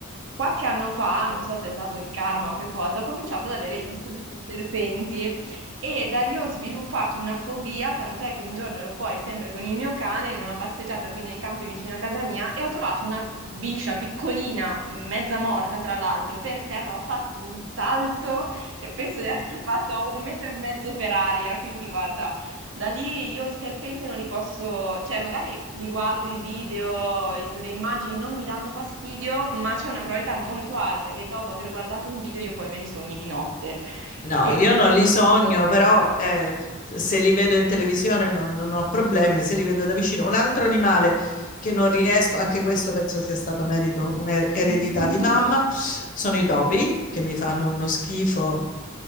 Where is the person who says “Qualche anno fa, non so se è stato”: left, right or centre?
Right